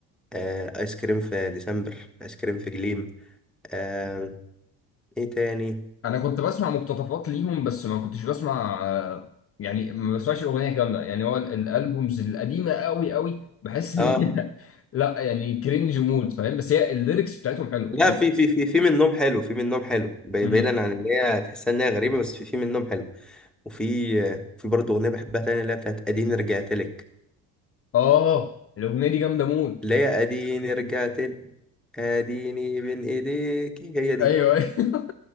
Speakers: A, in the centre; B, on the left.
A: آه ايس كريم في ديسمبر ايس كريم في جليم آه ايه تاني
B: انا كنت بسمع مقتطفات ليهم بس ما كنتش بسمع آه، يعني ما بسمعش الاغنيه كامله يعني هو ال- الالبومز القديمه قوي قوي بحس
A: اه
B: ان هي <laughs> لا يعني كرنج مود فاهم بس هي الليركس بتاعتهم حلوه
A: لا
B: يعني
A: في في في في منهم حلو في منهم حلو بي-
B: مم.
A: بعيدا عن ان هي تحسها ان هي غريبه بس في في منهم حلو وفي آه، في برضه اغنيه بحبها تانية اللي هي بتاعت اديني رجعت لك
B: اه الاغنيه دي جامده مود
A: ليه اديني رجعت لك اديني بين ايديكي هي دي
B: ايوه <laughs>